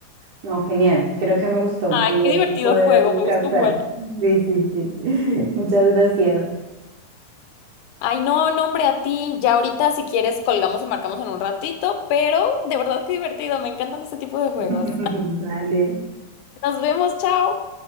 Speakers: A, on the right; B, on the left.
A: No, genial. Creo que me gustó
B: Ay,
A: poder,
B: qué divertido
A: poder
B: juego,
A: descansar.
B: me gusta un buen.
A: Sí, sí, sí. <laughs> Muchas gracias.
B: Ay, no, no, hombre, a ti. Ya ahorita, si quieres, colgamos y marcamos en un ratito, pero de verdad qué divertido, me encantan este tipo de juegos.
A: <laughs> Vale.
B: <laughs> Nos vemos, chao.